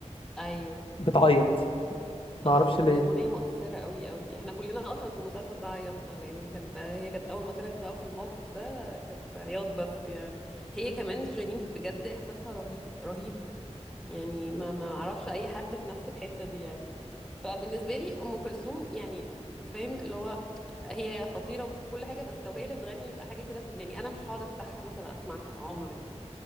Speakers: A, in the centre; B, on the left (about 50°).
A: ايوه
B: بتعيط ما
A: اه
B: اعرفش ليه
A: هي اغنيه مؤثره قوي قوي احنا كلنا اصلا في المسلسل ده عيطنا لان كان فهي كانت اول ما طلعت بقى في الموقف ده كانت عياط بس يعني هي كمان شيرين بجد احساسها رهيب رهيب يعني ما ما اعرفش اي حد في نفس الحتة دي يعني فبالنسبة لي ام كلثوم يعني فاهم اللي هو هي خطيرة وكل حاجة بس لو هي اللي بتغني يبقى حاجة كده في- يعني انا مش هقعد افتحها مثلا اسمعها عمري